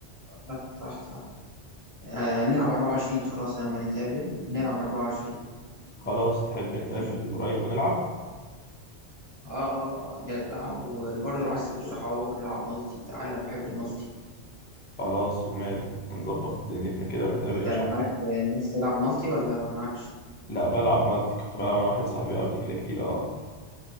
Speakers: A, on the right; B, on the left.
A: صح صح صح آه نلعب 24 خلاص لما نتقابل نلعب 24
B: خلاص تحب نتقابل
A: مفيش مشكلة
B: قريب ونلعب
A: اه اه اه نلعب وبرضه لو عايز تجيب صحابك ونلعب مالتي تعالى انا بحب المالتي
B: خلاص وماله نظبط دنيتنا كده ونتقابل
A: انت
B: إن
A: معاك
B: شاء
A: الناس تلعب مالتي ولا معاكش
B: الله لا بلعب مالتي كنت بلعب أنا واحد صاحبي قبل كده كتير أه